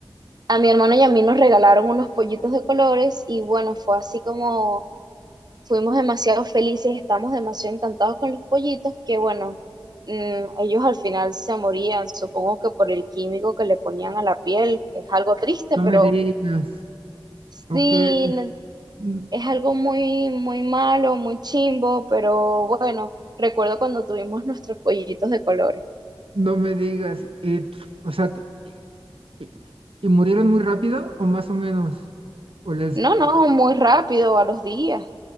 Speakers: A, on the right (about 50°); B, on the right (about 80°).
A: a mi hermano y a mí nos regalaron unos pollitos de colores y bueno, fue así como fuimos demasiado felices, estamos demasiado encantados con los pollitos, que bueno, mm, ellos al final se morían, supongo que por el químico que le ponían a la piel, es algo triste,
B: no
A: pero
B: me digas.
A: sí,
B: Ok,
A: n-
B: n-
A: es algo muy, muy malo, muy chimbo, pero bueno, recuerdo cuando tuvimos nuestros pollitos de colores.
B: no me digas. Y, pf, o sea, t- y, y murieron muy rápido o más o menos? O les,
A: No, no, muy rápido, a los días.